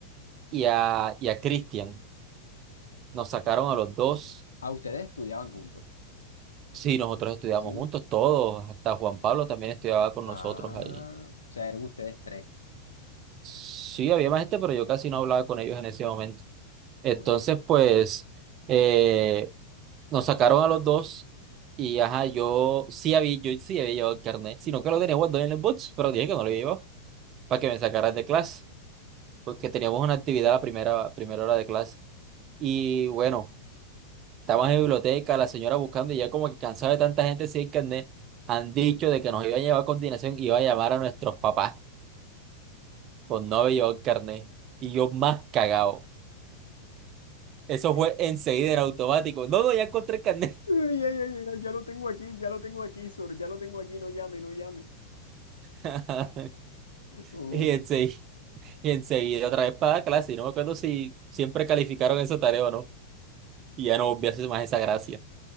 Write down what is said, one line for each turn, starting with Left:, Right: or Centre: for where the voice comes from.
Right: y a, y a Cristian. Nos sacaron a los dos.
Left: Ah, ustedes estudiaban juntos.
Right: Sí, nosotros estudiamos
Left: Sí.
Right: juntos, todos, hasta Juan Pablo también estudiaba con
Left: Ah,
Right: nosotros ahí.
Left: o sea, eran ustedes tres.
Right: Sí, había más gente, pero yo casi no hablaba con ellos en ese momento. Entonces,
Left: Ok. Eh.
Right: pues, eh, nos sacaron a los dos y, ajá, yo sí había, yo sí había llevado el carnet, sino que lo tenía guardado en el box, pero dije que no lo llevaba para que me sacaran de clase, porque teníamos una actividad la primera, primera hora de clase. Y bueno. Estaba en la biblioteca, la señora buscando y ya como que cansado de tanta gente sin carnet, han dicho de que nos iba a llevar a continuación, iba a llamar a nuestros papás con no haber llevado el carnet. Y yo más cagado. Eso
Left: <laughs>
Right: fue enseguida en automático. No, no, ya encontré el carnet.
Left: Uy, ay, ay, ay, ay, ya lo tengo aquí, ya lo tengo aquí, Sor, ya lo tengo aquí, no llame, no llame.
Right: <laughs>
Left: Uf.
Right: Y enseguida, y enseguida otra vez para la clase. Y no me acuerdo si siempre calificaron esa tarea o no. Y ya no volví a hacer más esa gracia.